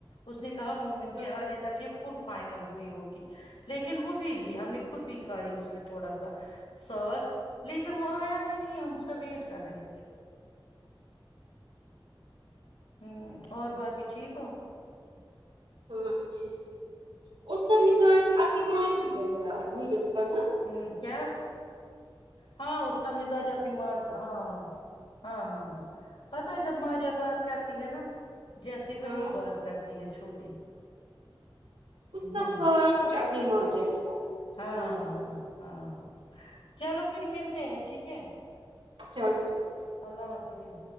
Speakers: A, on the left; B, on the right.
A: اس نے کہا مومن
B: ہاں
A: کے آنے تک یہ فل فائنل ہوئی ہوگی لیکن ہو بھی ہم نے خود بھی کھائی اس میں تھوڑا سا ساک لیکن وہ آیا ہی نہیں ہم اس کا ویٹ کر رہے تھے ہوں اور باقی ٹھیک ہو
B: ہاں اچھے سے اس کا مزاج آپ کی ماں کی جیسا ہے مل کا نا
A: ہمم کیا ہاں اس کا مزاج اپنی ماں کیا ہاں ہاں ہاں ہاں ہاں پتا جب ماریا بات کرتی ہے نا جیسے وہی
B: ہاں
A: بات کرتی ہے چھوٹی
B: اس کا
A: ہوں
B: سارا کچھ اپنی ماں جیسا ہے
A: ہاں
B: ہماری
A: ہاں ہاں ہاں چلو پھر ملتے ہیں ٹھیک ہے
B: چلو ٹھیک
A: اللہ حافظ